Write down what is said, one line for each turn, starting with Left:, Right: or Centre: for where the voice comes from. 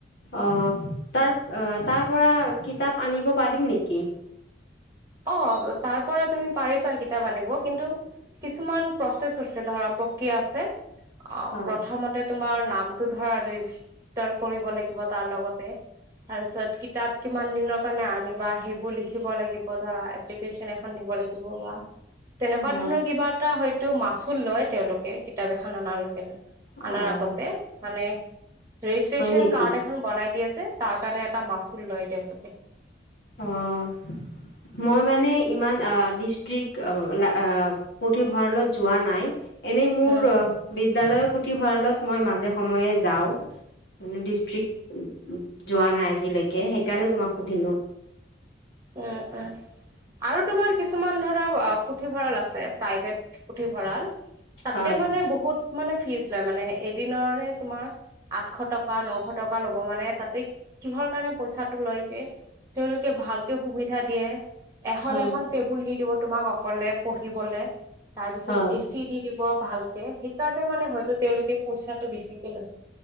Left: আহ তাৰ আহ তাৰ পৰা কিতাপ আনিব পাৰিম নেকি।
Right: অ' তাৰ পৰা তুমি পাৰিবা কিতাপ আনিব কিন্তু কিছুমান প্ৰচেছ আছে ধৰা আছে অ'
Left: হয়
Right: প্ৰথমতে তোমাৰ নাম ধ ৰেজিষ্ট কৰিব লাগিব তাৰ লগতে তাৰপিছত কিতাপ। কিমান দিনৰ কাৰণে আনিবা সেইবোৰ লিখিব লাগিব। পধৰা এপ্লিকেচন এখন দিব লাগিব বা তেনেকুৱা
Left: অ
Right: ধৰণৰ কিবা এটা টো মাচু লয় তেওঁলোকে কিতাপ এখন আনাৰ লৈকে লয়,
Left: অ
Right: আনাৰ আগতে মানে ৰেজিষ্ট্ৰ্যন
Left: হয় নেকি
Right: কাৰ্ড এখন বনাই দিয়ে যে তাৰ কাৰণে এটা মাচুল লয় তেওঁলোকে।
Left: অ'। মই মানে ইমান ডিষ্ট্ৰিক্ট <unintelligible> পুথিভঁৰালত যোৱা নাই। এনেই মোৰ
Right: উম,
Left: বিদ্যালয়ৰ পুথিভঁৰালত মই মাজে সময়ে যাওঁ। ম ডিষ্ট্ৰিক যোৱা নাই আজিলৈকে সেইকাৰণে তোমাক সুধিলো।
Right: উম উম আৰু তোমাৰ কিছুমান ধৰা পুথিভঁৰাল আছে প্ৰাইভেট। পুথি ভঁৰাল তাতে
Left: হয়
Right: মানে বহুত মানে ফিজ লয় মানে এদিনৰে তোমাৰ। আঠশ টকা নশ টকা ল'ব মানে তাতে কিহৰ কাৰণে পইচাটো লয়গে। তেওঁলোক ভাল সুবিধা দিয়ে, এখন
Left: হয়
Right: এখন টেবুল দি দিব তোমাক অকলে পঢ়িবলে। তাৰ পিছত
Left: হয়
Right: এচি দি দিব ভালক সেইকাৰণে মানে হয়তো তেওঁলোকে পইচাটো বেছিকে লয়।